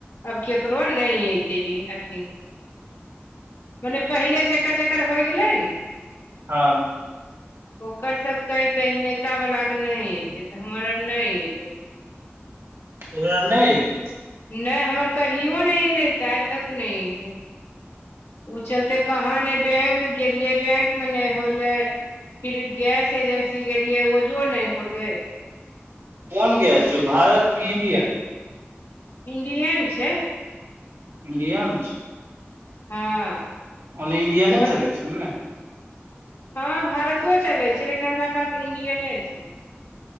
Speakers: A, on the left; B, on the right.
A: अब केकरो नहि ऐतय अथी माने पहिले जकर जकर होइ गेलै नऽ
B: हँ
A: ओकर सभके ऐतऽ ई नयका वलाके नहि हेतय तऽ हमर आर नहि एलय
B: तोहर नहि एलो
A: नहि हमर कहियो नहि एलै तऽ आइ तक नहि एयलै ओ चलते कहाँ नहि बैंक गेलियै बैंक मऽ नहि होलै फिर गैस एजेंसी गेलियै ओजो नहि होले
B: कोन गेस छियो भारत कि इंडियन
A: इण्डियन छै
B: इंडियन छो
A: हँ
B: ओने इंडियन
A: तोहर
B: चलै छौ नऽ
A: हँ भारतो चलै छै लेकिन हमरा पास इंडियन छै